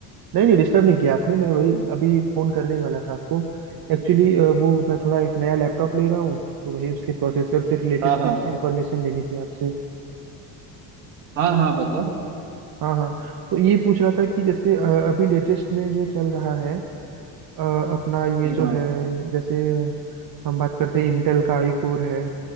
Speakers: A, on the right; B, on the right.
A: नहीं नहीं डिस्टर्ब नहीं किया आपने मैं वही अभी फ़ोन करने ही वाला था आपको एक्चुअली वो मैं थोड़ा एक नया लैपटॉप ले रहा हूँ तो वही उसके प्रोसेसर से रिलेटेड
B: हाँ हाँ
A: कुछ इन्फॉर्मेशन लेनी थी आपसे
B: हाँ हाँ बताओ
A: हाँ हाँ तो ये पूछ रहा था कि जैसे अ, अभी लेटेस्ट में जो चल रहा है अ, अपना ये
B: एक
A: जो
B: हाँ
A: है जैसे हम बात करते हैं इंटेल का आई कोर है